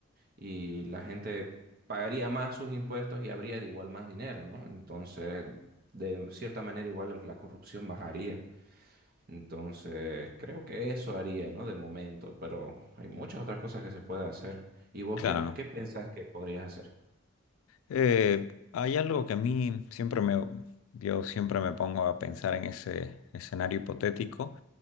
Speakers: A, on the right (about 45°); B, on the left (about 80°).
A: y la gente pagaría más sus impuestos y habría de igual más dinero, ¿no? Entonces, de cierta manera igual la corrupción bajaría. Entonces, creo que eso haría, ¿no? De momento, pero hay muchas otras cosas que se puede hacer. ¿Y vos
B: Claro.
A: qué, qué pensás que podrías hacer?
B: Eh, hay algo que a mí siempre me, yo siempre me pongo a pensar en ese escenario hipotético